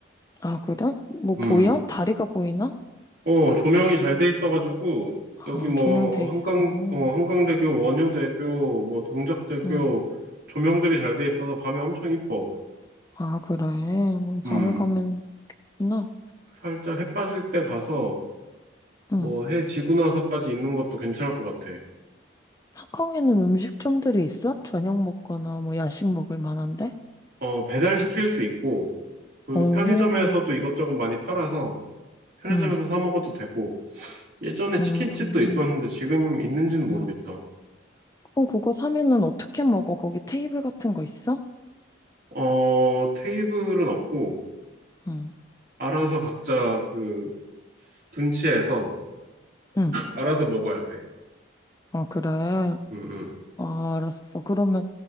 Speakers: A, on the left; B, on the right.
A: 아, 그래? 뭐
B: 음,
A: 보여? 다리가 보이나?
B: 어, 조명이 잘 돼 있어가지고,
A: 아,
B: 여기 뭐,
A: 조명돼
B: 한강,
A: 있어.
B: 어, 한강대교, 원효대교, 뭐, 동작대교,
A: 응.
B: 조명들이 잘 돼 있어서 밤에 엄청 이뻐.
A: 아, 그래. 그럼 밤에
B: 음,
A: 가면 좋구나.
B: 살짝 해 빠질 때 가서, 뭐
A: 응.
B: 해 지고 나서까지 있는 것도 괜찮을 것 같아.
A: 한강에는 음식점들이 있어? 저녁 먹거나 뭐 야식 먹을 만한데?
B: 어, 배달시킬 수 있고, 그리고
A: 오,
B: 편의점에서도 이것저것 많이 팔아서 편의점에서
A: 응,
B: 사 먹어도 되고, 예전에
A: 음.
B: 치킨집도 있었는데
A: 음,
B: 지금 있는지는 모르겠다.
A: 응. 어, 그거 사면은 어떻게 먹어? 거기 테이블 같은 거 있어?
B: 어, 테이블은 없고,
A: 응,
B: 알아서 각자 그 분치해서
A: 응.
B: 알아서 먹어야 돼.
A: 아, 그래. 아,
B: 응, 응.
A: 알았어. 그러면